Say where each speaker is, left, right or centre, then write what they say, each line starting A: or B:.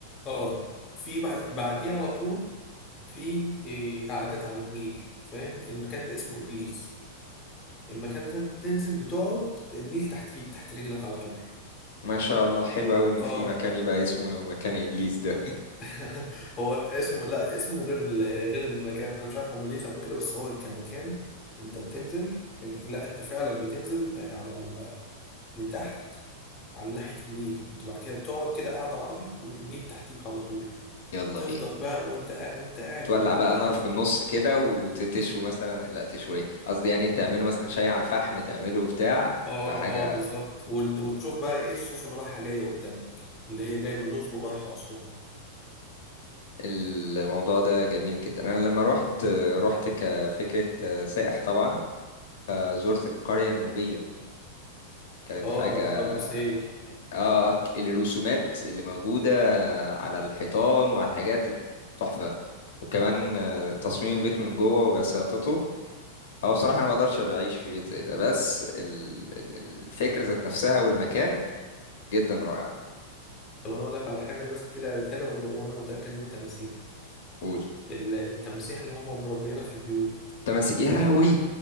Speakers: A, on the left (about 25°); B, on the left (about 75°).
A: اه آه. في بعد- بعديه على طول في آه، قعدات على النيل فاهم المكان ده اسمه إبليس المكان ده تنزل بتقعد النيل تحتيك تحت رجلك على طول
B: ما شاء الله حلو أوي إن
A: اه
B: في مكان يبقى اسمه مكان إبليس ده
A: <laughs> هو اسمه لا اسمه غير ال- غير المكان انا مش عارف هم ليه سموه كده بس هو كمكان انت بتنزل انت لا انت فعلا بتنزل على ال- لتحت على ناحية النيل انت بعد كده بتقعد كده قاعدة عربي والنيل تحتيك على طول
B: <laughs> يلا
A: تفضل
B: بينا
A: بقى وانت قاعد وانت قاعد
B: تولع
A: بالليل
B: بقى
A: بقى
B: نار في النص كده وتشوي مثلا لا تشوي قصدي يعني تعملوا مثلا شاي على الفحم تعملوا بتاع
A: اه
B: تبقى حاجة
A: اه بالظبط وال- وتشوف بقى ايه السفن رايحة جاية قدامك اللي هي جاية من الأقصر ورايحة أسوان
B: الموضوع ده جميل جدا انا لما روحت روحت كفكرة سائح طبعا فزرت القرية النوبية كانت
A: اه
B: حاجة
A: غرب سهيل
B: اه الرسومات اللي موجودة على الحيطان وعلى الحاجات تحفة وكمان آه، تصميم البيت من جوه وبساطته هو بصراحة انا ما اقدرش اعيش في بيت زي ده بس ال- ال- الفكرة ذات نفسها والمكان جدا رائع
A: طب انا اقول لك على حاجه ناس كتير قالتها لي وب- وانا متاكد ان انت مسيحي
B: قول
A: ال- التماسيح اللي هم مربينا في البيوت
B: تمسي
A: فاكرها؟
B: يا لهوي